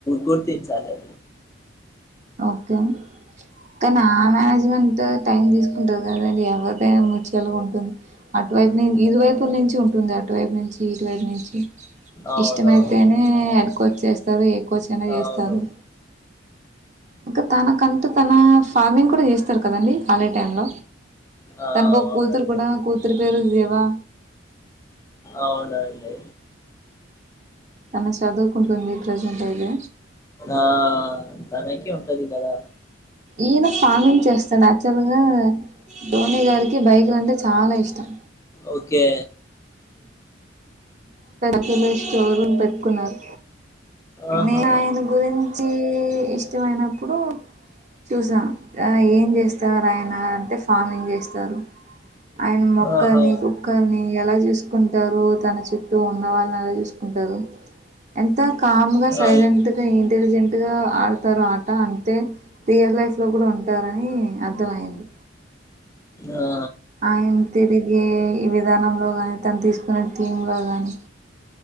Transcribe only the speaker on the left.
గుర్తింన్ చాలే
అవునవును
అవును
ఆ
అవునండి
అవునండి
ఆ తనకి ఉంటది కదా
ఓకే
ఆహా
ఆహా
ఆ
ఆ